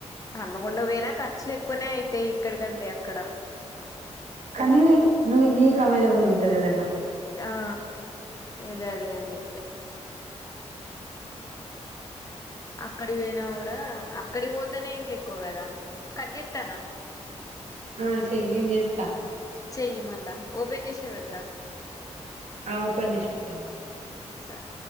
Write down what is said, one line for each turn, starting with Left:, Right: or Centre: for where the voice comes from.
Left: హన్మకొండ పోయినా ఖర్చులు ఎక్కువనే అయితాయి ఇక్కడికంటే అక్కడ
Right: కానీ నువ్వు నీకు అవైలబుల్ ఉంటది ఏదన్నా
Left: ఆ గది అని చెప్పి అక్కడి పోయినా కూడా అక్కడి పోతేనే ఎక్కువగా కదా కట్ చేస్తున్న
Right: ఆ చెయ్య నేను చేస్తా
Left: చెయ్యి మళ్ళా ఓపెన్ చేసే పెడతా
Right: ఆ ఓపెన్ చేసి పెట్టు
Left: సార్